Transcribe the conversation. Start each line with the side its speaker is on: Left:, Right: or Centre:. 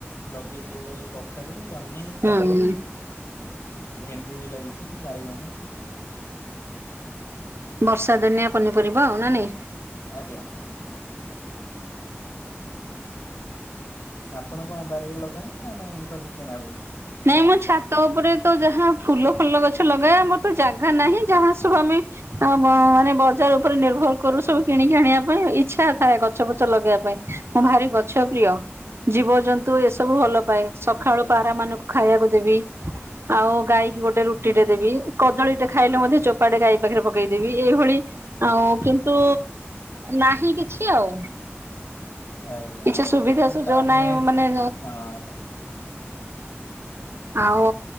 Left: ଲଗେଇଛିି ଏବେ କଖାରୁ, ଜହ୍ନି
Right: ହୁଁ
Left: କାକୁଡି, ଭେଣ୍ଡି ବି ଲାଗିଛି ବାଇଗଣ
Right: ବର୍ଷା ଦୀନିଆ ପନିପରିବା ଆଉ ନା ନାଇଁ।
Left: ଆଜ୍ଞା। ଆପଣ କଣ ବାରିରେ ଲଗାନ୍ତି ନା ନାଇ ଏ ସବୁ କିଣା ହୁଏ?
Right: ନାଇଁ ମୋ ଛାତ ଉପରେ ତ ଯାହା ଫୁଲ ଫଲ ଗଛ ଲଗାଏ, ଆମର ତ ଜାଗା ନାହିଁ ଯାହା ସବୁ ଆମେ <unintelligible> ମାନେ ବଜାର ଉପରେ ନିର୍ଭର କରୁ ସବୁ କିଣିକି ଆଣିବା ପାଇଁ ଇଚ୍ଛା ଥାଏ ଗଛ ପଛ ଲଗେଇବା ପାଇଁ ମୁଁ ଭାରି ଗଛ ପ୍ରିୟ, ଜୀବଜନ୍ତୁ ଏସବୁ ଭଲ ପାଏ। ସକାଳୁ
Left: ଆଜ୍ଞା
Right: ପାରା ମାନଙ୍କୁ ଖାଇବାକୁ ଦେବି ଆଉ ଗାଈକି ଗୋଟେ ରୁଟି
Left: ହୁଁ
Right: ଟେ ଦେବି, କଦଳୀ ଟେ ଖାଇଲେ ମଧ୍ୟ ଚୋପାଟେ ଗାଈ ପାଖରେ ପକେଇଦେବି, ଏଇଭଳି ଆଉ କିନ୍ତୁ ନାହିଁ କିଛି ଆଉ।
Left: ଆଜ୍ଞା
Right: କିଛି
Left: ବୁଝ
Right: ସୁବିଧା ସୁଯୋଗ
Left: ଟାଉନରେ
Right: ନାହିଁ ମାନେ
Left: ହଁ
Right: ଆଉ?